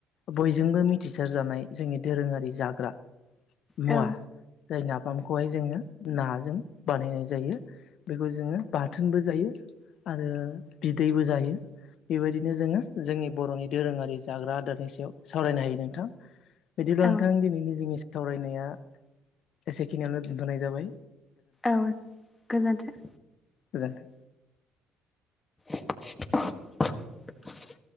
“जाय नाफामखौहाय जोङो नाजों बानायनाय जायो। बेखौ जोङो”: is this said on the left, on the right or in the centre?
Left